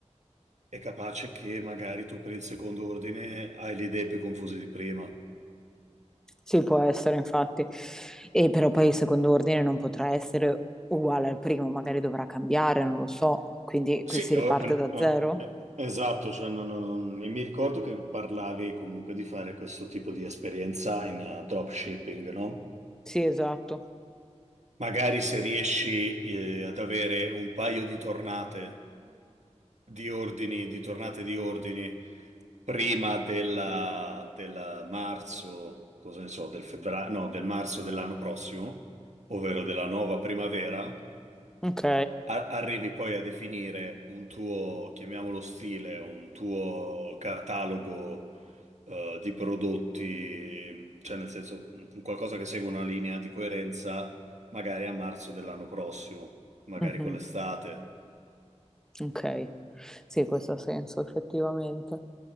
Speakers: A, on the right; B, in the centre.
A: è capace che magari tu per il secondo ordine hai le idee più confuse di prima.
B: sì, può essere, infatti. E però poi il secondo ordine non potrà essere uguale al primo, magari dovrà cambiare, non lo so. Quindi
A: Sì,
B: qui si riparte
A: o- an-
B: da
A: ah,
B: zero?
A: eh, esatto, cioè non- non- non- mi mi ricordo che parlavi comunque di fare questo tipo di esperienza in eh, dropshipping, no?
B: Sì, esatto.
A: Magari se riesci eh, ad avere un paio di tornate di ordini, di tornate di ordini prima della, della marzo, cosa ne so, del febbraio, no, del marzo dell'anno prossimo, ovvero della nuova primavera,
B: Ok.
A: a- arrivi poi a definire un tuo, chiamiamolo stile, un tuo catalogo eh, di prodotti, cioè nel senso un qualcosa che segue una linea di coerenza, magari a marzo dell'anno prossimo, magari
B: Mhm,
A: con l'estate.
B: Ok. Sì, questo ha senso, effettivamente.